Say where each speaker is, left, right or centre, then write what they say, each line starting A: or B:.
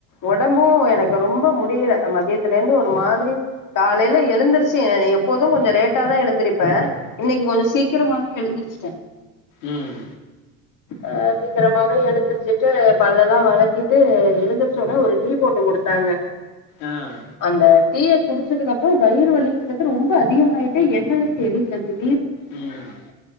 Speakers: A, on the left; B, on the left.
A: ஒடம்பூ எனக்கு ரொம்ப முட் முடியில அ மதியத் அதுல இருந்து ஒரு
B: ஆ.
A: மாதிரி காலேல எழுந்துருச்சு ஏ எப் போதும் கொஞ்ச லேட்டா தா எழுந்திருப்ப இன்னைக்கு கொஞ்ச சீக்கிரமாவே எழுந்திருச்
B: உம்
A: ஆஹ் சீக்கிரமாவே எழுந்திருச்சுட்டு பல்லலா வெலகிட்டு எழுந்துர் எதோ ஒரு டீ போட்டு குடுத்தாங்க
B: ஆஹ்
A: அந்த டீய குடிச்சதுக்கப்றோ வயிறு வலிங்கிறது ரொம்ப அதிகமாய்ட்டு என்னனே தெரில இது
B: உம்